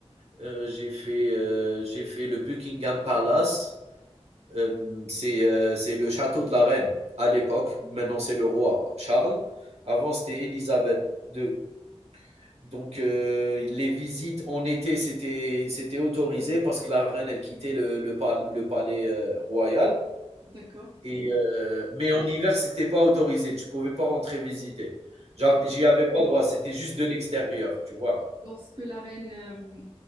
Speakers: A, on the right (about 70°); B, on the right (about 45°).
A: Heu, j'ai fait, heu, j'ai fait le Buckingham Palace. Hem, c'est, heu, c'est le château de la reine à l'époque. Maintenant, c'est le roi Charles. Avant, c'était Élisabeth II. Donc euh, les visites en été, c'était c'était autorisé parce que la reine, elle quittait le, le, pal- le palais euh, royal.
B: d'accord.
A: Et, euh, mais en hiver, c'était pas autorisé. Tu pouvais pas rentrer visiter. J'av-
B: Lors-
A: J'y avais pas droit. C'était juste de l'extérieur, tu vois.
B: Lorsque la reine, euh,